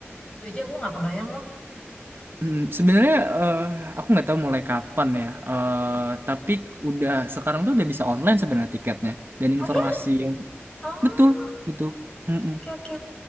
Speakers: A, on the left; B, on the right.
A: Itu aja aku nggak kebayang loh.
B: Mm, sebenarnya eh, aku nggak tahu mulai kapan ya, Eh, tapi udah sekarang tuh udah bisa online sebenarnya tiketnya dan
A: Oh
B: informasi
A: ya?
B: yang
A: Oh,
B: betul betul. Mm-mm.
A: oke oke.